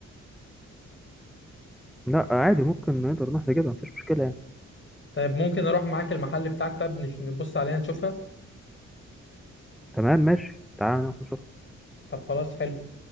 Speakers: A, in the centre; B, on the left.
A: لا عادي ممكن نقدر نروح نجيبها مفيش مشكله يعني
B: طيب ممكن اروح معاك المحل بتاعك طب نش- نبص عليها نشوفها
A: تمام ماشي تعالى نروح نشوف
B: طب خلاص حلو